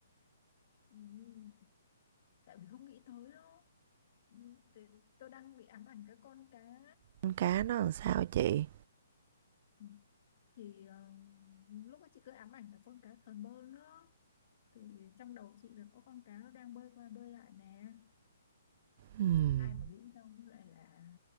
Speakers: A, on the left (about 45°); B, on the right (about 40°).
A: Ừ, tại vì không nghĩ tới đó Ừ, thì tôi đang bị ám ảnh cái con cá
B: con cá nó làm sao chị
A: Ừ, thì ờ, lúc ấy chị cứ ám ảnh là con cá sờn bơn đó thì trong đầu chị là có con cá nó đang bơi qua bơi lại nè
B: Ừm,
A: ai mà nghĩ đâu nó lại là